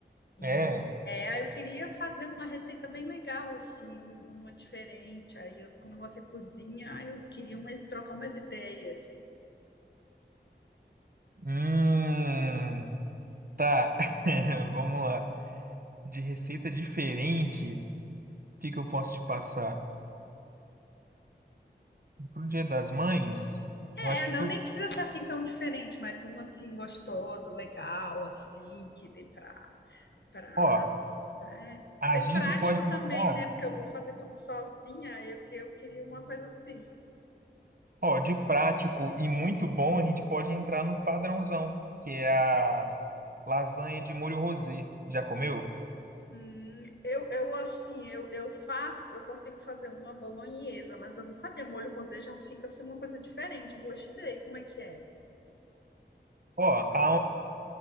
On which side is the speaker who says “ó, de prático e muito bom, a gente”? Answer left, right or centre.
Right